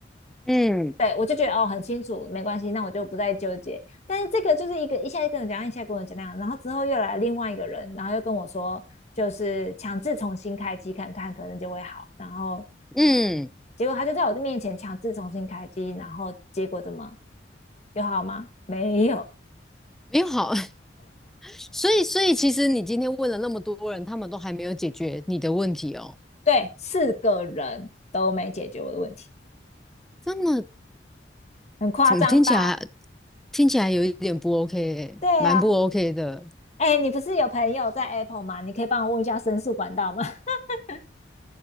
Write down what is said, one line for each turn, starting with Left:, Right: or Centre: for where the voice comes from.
Centre: 嗯
Left: 对，我就觉得哦，很清楚，没关系，那我就不再纠结。但是这个就是一个一下跟我讲，一下跟我讲那样，然后之后又来另外一个人，然后又跟我说，就是强制重新开机看看，可能就会好。然后
Centre: 嗯，
Left: 结果他就在我的面前强制重新开机，然后结果怎么有好吗？没有，
Centre: 没有好，<laughs> 所以所以其实你今天问了那么多人，他们都还没有解决你的问题哦，
Left: 对，四个人都没解决我的问题，
Centre: 这么
Left: 很夸张吧？
Centre: 怎么听起来听起来有一点不 OK，欸蛮不
Left: 对啊，
Centre: OK 的。
Left: 哎，你不是有朋友在 Apple 吗？你可以帮我问一下申诉管道吗？<laughs>